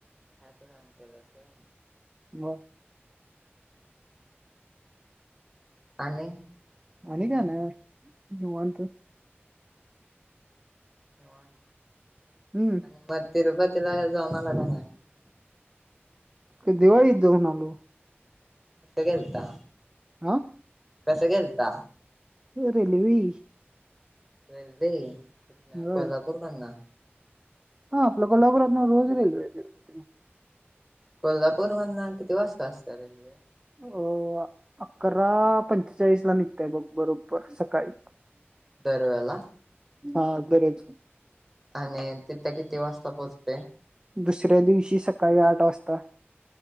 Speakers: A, in the centre; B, on the right.
A: अस काम केलास व्हय.
B: मग.
A: आणि
B: आणि काय नाही निवांत.
A: निवांत
B: हम्म
A: आणि मग तिरुप ती ला जाऊन आला का नाय?
B: ते दिवाळीत जाऊन आलो.
A: कसं गेलता?
B: आं
A: कसं गेलता?
B: रेल्वे
A: रेल्वे कुठनं
B: होय
A: कोल्हापूरकडंन
B: हा आपल्या कोल्हापुरातनं रोज रेल्वे आहे तिरुपतीला
A: कोल्हापूर मधनं किती वाजता असत्या रेल्वे?
B: अ अकरा पंचेचाळीस ला निघत्या बग बरोबर सकाळी
A: दरवेळेला
B: हा दररोज
A: आणि तिथं किती वाजता पोहोचतय?
B: दुसऱ्या दिवशी सकाळी आठ वाजता.